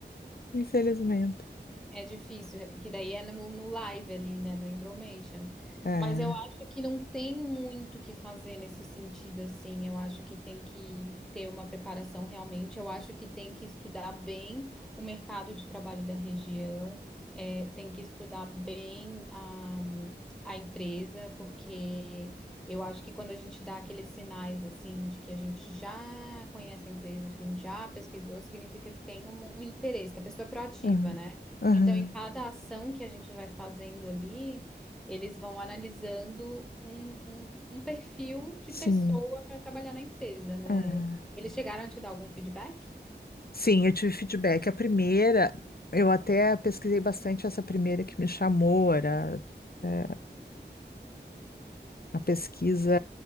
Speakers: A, on the left; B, in the centre.
A: infelizmente.
B: É, é difícil, é porque daí é no, no live ali, né, no Embromation.
A: É.
B: Mas eu acho que não tem muito o que fazer nesse sentido, assim. Eu acho que tem que ter uma preparação realmente. Eu acho que tem que estudar bem o mercado de trabalho da região, é, tem que estudar bem a, a empresa, porque. Eu acho que quando a gente dá aqueles sinais assim de que a gente já conhece a empresa, de que a gente já pesquisou, significa que tem um, um interesse, que a pessoa é proativa,
A: Aham,
B: né?
A: aham,
B: Então, em cada ação que a gente vai fazendo ali, eles vão analisando um, um, um perfil de
A: sim.
B: pessoa para trabalhar na empresa, né?
A: É.
B: Eles chegaram a te dar algum feedback?
A: Sim, eu tive feedback. A primeira, eu até pesquisei bastante essa primeira que me chamou, era é, a pesquisa,